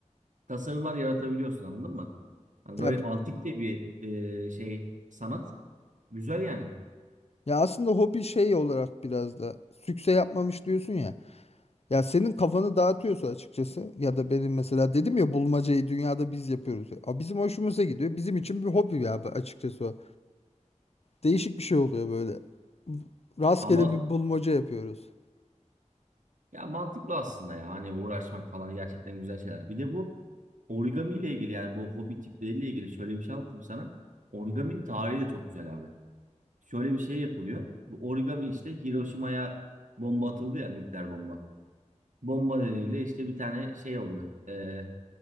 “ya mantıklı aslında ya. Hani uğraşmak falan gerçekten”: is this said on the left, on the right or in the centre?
Right